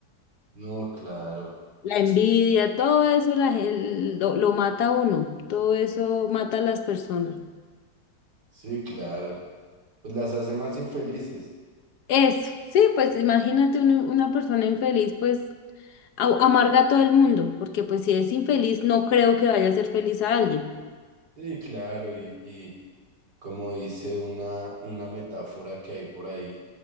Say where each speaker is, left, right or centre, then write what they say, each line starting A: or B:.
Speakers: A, on the right (about 65°); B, on the left (about 65°).
A: No, claro.
B: La envidia, todo eso la gen- lo, lo mata a uno, todo eso mata a las personas.
A: Sí, claro. Pues las hace más infelices.
B: Eso, sí, pues imagínate un- una persona infeliz, pues a- amarga a todo el mundo, porque pues si es infeliz, no creo que vaya a ser feliz a alguien.
A: Sí, claro. Y, y como dice una, una metáfora que hay por ahí,